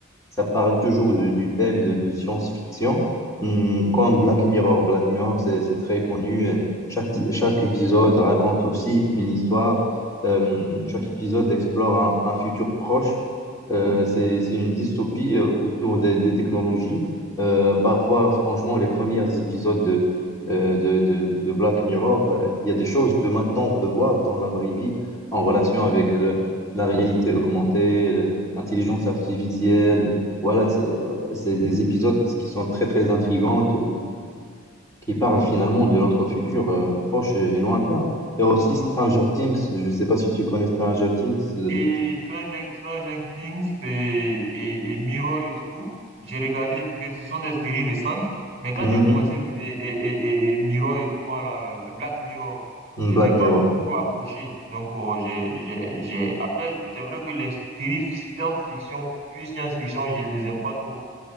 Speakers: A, on the left; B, on the right.
A: ça parle toujours du, du thème de, de science-fiction, hum, comme Black Mirror. Black Mirror, c'est, c'est très connu. et Chaque, chaque épisode raconte aussi une histoire. Euh, chaque épisode explore un, un futur proche. Euh, c'est, c'est une dystopie euh, autour des, des technologies. Euh, parfois, franchement, les premiers épisodes de, euh, de, de, de Black Mirror, euh, il y a des choses que maintenant on peut voir dans la vraie vie en relation avec le- la réalité augmentée, l'intelligence artificielle voilà, c'est euh, c'est des épisodes qui sont très très intrigants, ou qui parlent finalement de notre futur euh, proche et, et lointain. Il y a aussi
B: Ou-
A: Stranger Things, je ne sais pas si tu connais Stranger Things. euh,
B: Et Stranger, Stranger Things et, et, et Mirror et tout, j'ai regardé parce que ce sont des séries récentes. Mais quand
A: mhm,
B: j'ai commencé mi- et, et, et- et Mirror et quoi là, Black Mirror, je
A: Black
B: n'ai pas
A: Mirror,
B: beaucoup
A: ouais.
B: trop accroché. Donc, euh, j'ai, j'ai, j'ai... Après, c'est vrai que les séries science-fiction, puis science-fiction, je ne les aime pas trop.